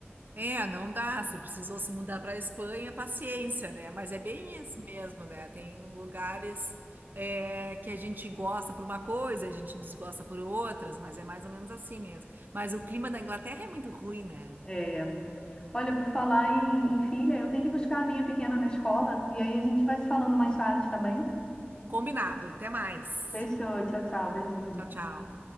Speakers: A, on the right (about 50°); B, on the left (about 20°).
A: É, não dá. Se precisou se mudar para a Espanha, paciência, né? Mas é bem isso mesmo, né? Tem lugares é, que a gente gosta por uma coisa, a gente desgosta por outras, mas é mais ou menos assim mesmo. Mas o clima da Inglaterra é muito ruim, né?
B: É, É, Olha, por falar em, em filha, eu tenho que buscar a minha pequena na escola e aí a gente vai se falando mais tarde, tá bem?
A: Combinado. Até mais.
B: Fechou, tchau, tchau, beijinho.
A: Tchau, tchau.